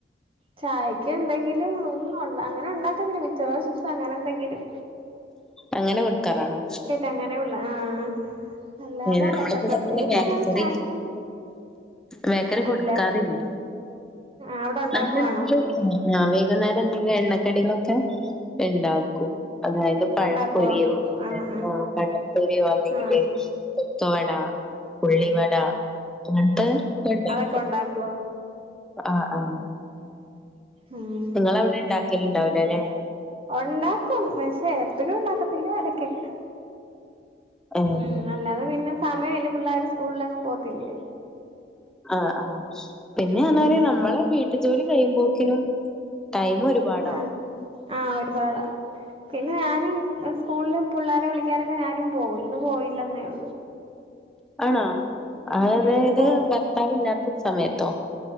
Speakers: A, on the right (about 30°); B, in the centre.
A: ചായ്ക്ക് എന്തെങ്കിലും ഉം അങ്ങനെ ഉണ്ടാക്കൊന്നില്ല മിച്ചറോ, ചിപ്സ് അങ്ങനെ എന്തെങ്കിലും
B: അങ്ങനെ കൊടുക്കാറാണോ?
A: അങ്ങനെയുള്ള ആഹ് അല്ലാതെ
B: ഏഹ് നമ്മളിവിടെ
A: പ്രത്യേകിച്ച്
B: ബേക്കറി
A: അങ്ങനെ സ്നാക്സും
B: ബേക്കറി കൊടുക്കാറില്ല
A: അല്ല അവിടെ ഉണ്ടാക്കുവാണോ
B: നമ്മള് എന്തെങ്കിലും ആഹ് ആഹ് വൈകുന്നേരം എന്തെങ്കിലും എണ്ണക്കടിളൊക്കെ ഉണ്ടാക്കും അതായത് പഴം
A: ഉണ്ടാക്കുവോ
B: പൊരിയോ
A: ആഹ്
B: ബ്രെഡോ
A: ആഹ്
B: പഴം പൊരിയോ അല്ലെങ്കില്
A: ആഹ്
B: കൊക്കവട ഉള്ളി വട അങ്ങൻത്തെ ഒക്കെ ഇണ്ടാ
A: ഒക്കെ ഇണ്ടാക്കോ
B: ആഹ് ആഹ്
A: ഉം
B: നിങ്ങള് അവിടെ ഉണ്ടാക്കില് ഉണ്ടാവൂലാ അല്ലെ
A: ഉണ്ടാക്കും പക്ഷേ എപ്പഴും ഉണ്ടാക്കത്തില്ല ഇടക്കൊക്കെ
B: ഏഹ്
A: ഉം അല്ലാതെ പിന്നെ സമയം ഇല്ല പിള്ളേര് സ്കൂളിലെങ്ങും പോവത്തില്ലേ
B: ആഹ് ആഹ് പിന്നെ
A: ഉം
B: പറഞ്ഞാല് നമ്മളെ വീട്ടു ജോലി കഴിയുമ്പോക്കിനും ടൈം ഒരു <unintelligible>
A: ആഹ് ആഹ് ഒരുപാടാവും പിന്നെ ഞാന് സ്കൂളിൽ പിള്ളോരെ വിളിക്കാനൊക്കെ ഞാനും പോവും ഇന്ന് പോയില്ലെന്നേ ഉള്ളു
B: ആണോ അതായത്
A: ഉം പോവും
B: ത് ഭർത്താവില്ലാത്ത സമയത്തോ